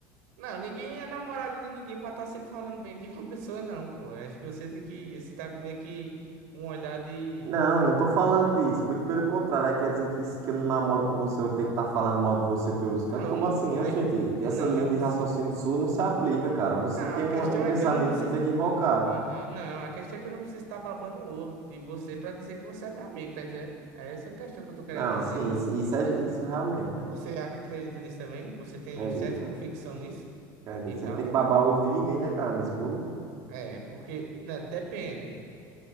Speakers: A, on the right (about 85°); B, on the right (about 40°).
A: Não, ninguém é namorado de ninguém pra estar tá sempre falando bem de uma <laughs> pessoa, não, pô. Acho que você tem que. Você tá meio que com um olhar de.
B: não, não tô falando disso. Muito pelo contrário, aí quer dizer que se que eu não namoro com você, eu tenho que estar falando mal de você pelos
A: Não,
B: cantos. Como assim?
A: mas.
B: Oxente, essa
A: Não,
B: linha
A: mas
B: de
A: você.
B: raciocínio sua não se aplica, cara. Você
A: Não,
B: tem
A: a
B: um,
A: questão
B: um pensamento
A: é que eu não preciso.
B: muito equivocado.
A: Aham, Não, a questão é que eu não preciso estar babando o ovo de você pra dizer que você é meu amigo, tá entendendo? É essa a questão que eu tô querendo
B: Não,
A: dizer.
B: sim, isso, isso é isso realmente, né?
A: Você acha- acredita nisso também? Você tem
B: Acredito,
A: certa convicção nisso
B: acredito.
A: e tal?
B: Você não tem que babar o ovo de ninguém, né, cara, nesse mundo.
A: É, porque. né, depende.